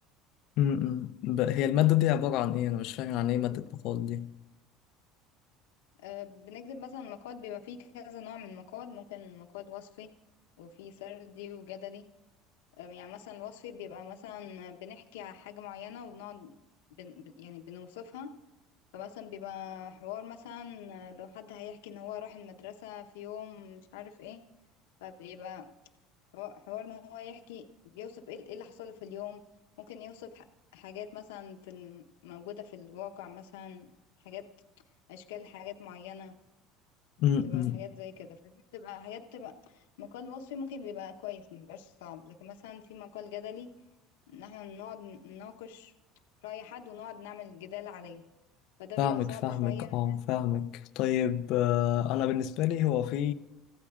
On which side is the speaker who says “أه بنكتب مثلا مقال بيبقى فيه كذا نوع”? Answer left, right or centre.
Left